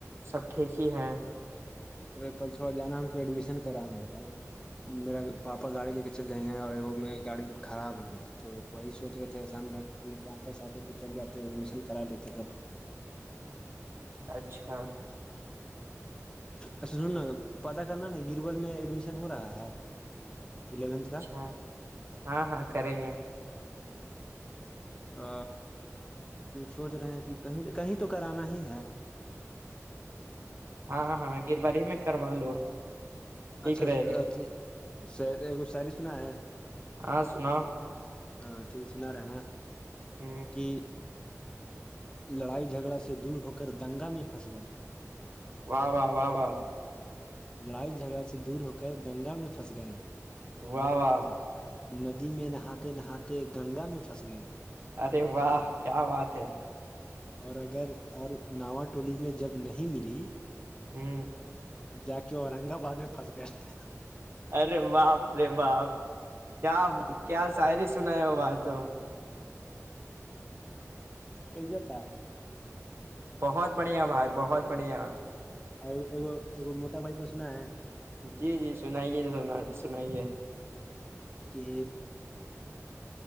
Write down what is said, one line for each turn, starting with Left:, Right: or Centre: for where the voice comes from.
Right: سب ٹھیک ہی ہے
Left: ارے کل تھوڑا جانا ہم کو ایڈمیشن کرانے ہے اور میرا پاپا گاڑی لے کے چل جائے ہیں اور وہ گاڑی خراب ہے میرا تو وہی سوچ رہ تھے احسان بھی ل آتا ساتھ تو چل جاتے ایڈمیشن کرا لیتے
Right: اچھا
Left: اچھا سننا پتا کرنا نا گرول میں ایڈمیشن ہو رہا ہے الیونتھ کا <unintelligible>
Right: ہاں ہاں ہاں کریں گے
Left: ا سوچ رہے ہیں کہ کہیں کہیں تو کرانا ہی ہے
Right: ہاں ہاں گرواری میں کروا لو ٹھیک
Left: اچھا
Right: رہے گا
Left: اھی س ساری سنا ہے
Right: ہاں سناؤ
Left: ہاں ٹھیک سنا رہے نا
Right: ہ
Left: کہ لڑائی جھگڑا سے دور ہو کر دنگا میں پھنس گئے
Right: واہ واہ واہ واہ
Left: لڑائی جھگڑا سے دور ہو کر دنگا میں پھنس گئے
Right: واہ واہ
Left: ندی میں نہاتے نہاتے گنگا میں پھنس گئے
Right: ارے واہ کیا بات ہے
Left: اور اگر اور ناوا ٹولی میں جب نہیں ملی
Right: ہوں <unintelligible>
Left: جا کے اورنگ آباد میں پھنس گئے تھے
Right: ارے باپ رے باپ کیا کیا شاعری سنا ہے وہ بھائی تو
Left: کئی جاتا
Right: بہت بڑھیا بھائی بہت بڑھیا
Left: گ ایگو موٹا بھائی پر سنا ہے
Right: جی جی سنائیے سنا سنائیے
Left: کہ